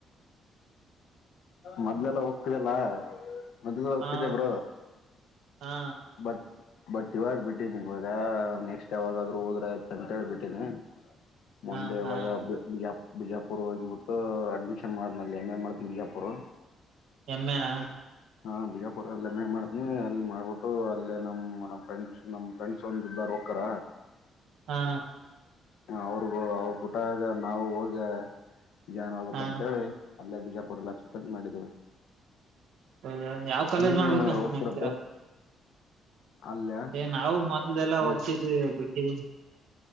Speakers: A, on the left; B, on the right.
A: ಮೊದ್ಲೆಲ್ಲ ಹೋಗ್ತದೆಲ್ಲ ಮದ ಒಕ್ಕಿದೆ
B: ಹಾ
A: ಬ್ರೋ
B: ಹಾ
A: ಬಟ್ ಬಟ್ ಇವಾಗ ಬಿಟ್ಟಿದಿ ಇವಾಗ ನೆಕ್ಸ್ಟ್ ಯಾವಾಗಾದ್ರುೂ ಹೋದ್ರ ಆಯ್ತ ಅಂತೇಳ್ಬಿಟ್ಟಿನಿ ಮುಂದೆ
B: ಹಾ ಹಾ
A: ಇವಾಗ ಹಬ್. ಬಿಜಾ ಬಿಜಾಪುರ್ ಹೋಗಿಬಿಟ್ಟು. ಅಡ್ಮಿಷನ್ ಮಾಡಿದ್ನ ಅಲ್ಲಿ ಎಂ ಎ ಮಾಡ್ತನ ಬಿಜಾಪುರ್.
B: ಎಂ ಎ ನಾ.
A: ಹಾ ಬಿಜಾಪುರ ಅಲ್ಲಿ ಎಂ ಎ ಮಾಡ್ತನಿ ಅಲ್ಲಿ ಮಾಡ್ಬಿಟ್ಟು ಅಲ್ಲೇ ನಮ್ಮ್ ನಮ್ ಫ್ರೆಂಡ್ಸ್ ನಮ್. ಫ್ರೆಂಡ್ಸ್ ಒಂದು ಇದ್ದ ಹೋಗಕ್ಕರ.
B: ಹಾ.
A: ಅವ್ರಗ ಅವ್ರ ಕುೂಟಾಗ ನಾವ ಹೋಗ ಜಾಯನ್ ಆಗ್ಬೇಕಕ್ಂತೇಳಿ.
B: ಹಾ
A: ಅಲ್ಲೇ ಬಿಜಾಪುರಲ್ಲಿ ಲಕ್ಷ್ಮೀಪತಿ ಮಾಡಿದ್ದೇವೆ.
B: ಹೌದಾ ಯಾವ್ ಕಾಲೇಜ್
A: ನೀವೇನು
B: ಮಾಡ್ಬೇಕಂತ
A: ಹೋಗ್ತಿರ
B: ಮಾಡಿದ್ರಾ.
A: ಬ್ರೋ ಅಲ್ಲೇ
B: ಏ ನಾವು ಮೊದದೆಲ್ಲಾ
A: ಅಲ್ಲಿ
B: ಹೋಗ್ತಿದ್ವಿ ಇವಾಗ ಬಿಟ್ಟಿದೀನಿ.